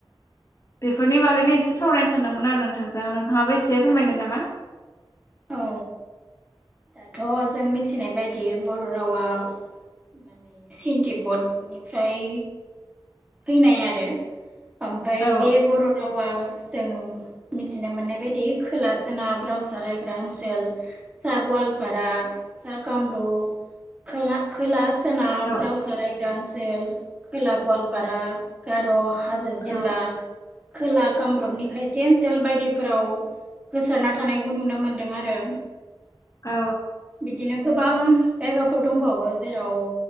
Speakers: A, on the left; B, on the right.
A: बेफोरनि बागैनो एसे सावरायनो सानदोंमोन आरो नोंथांजों नोंथाङाबो एसे फोरमायगोन नामा?
B: औ दाथ' जों मिथिनाय बायदि बर' रावा माने चीन तिब्बतनिफ्राय फैनाय आरो। ओमफाय
A: औ
B: बे बर' रावा जों मिथिनो मोननाय बायदि खोला सोनाब रावसा रायग्रा ओनसोल सा गवालपारा सा कामरुप खोला खोला सोनाब
A: औ
B: रावसा राय दासेल खोला गवाल पारा गार' हाजो जिल्ला
A: औ
B: खोला कामरुपनि खायसे ओनसोल बायदिफोराव गोसारना थानायखौ नुनो मोनदों आरो।
A: औ
B: बिदिनो गोबां जायगाफोर दंबावो जेराव